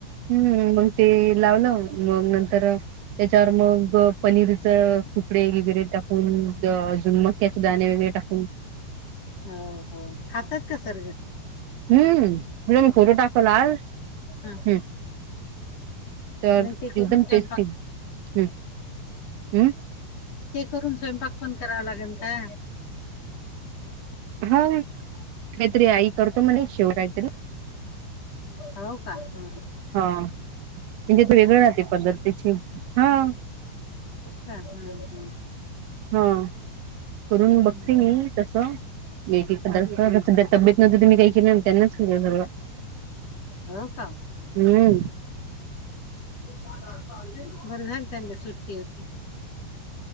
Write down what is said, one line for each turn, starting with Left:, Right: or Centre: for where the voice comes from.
Right: हम्मं मंग ते लावलं मंग नंतर तरं त्यांच्यावर मंग पनीरचे तुकडे वगैरें टाकूंन अजूंन मंग त्यांचे दांणे वगैरें टाकूंन
Left: हम्मं हम्मं खातांत कसं
Right: हम्मं तु फोटो टाकंल आंज
Left: हा
Right: हम्मं तरं
Left: नाही ते करून
Right: एकदंम
Left: स्वयंपाक
Right: टेस्टी हं हम्मं
Left: ते करूंन स्वयंपाक पणं करांवा लागेल कां
Right: हां कांहीं तरी आई करतो म्हंणे शेव कांहीं तरी
Left: हाव कां हम्मं
Right: हां म्हणजे ते वेगळं राहतें पद्धती त्यांची हाव
Left: हां हम्मं
Right: हां करूंन
Left: हम्म
Right: बघते मी तसं एक एक संध्या तब्येत नव्हतं तुम्हीं कांहीं केलं त्यांनीच केलं सगळं
Left: हो कां
Right: हम्मं
Left: बरं झालं त्यांनले सुट्टी होती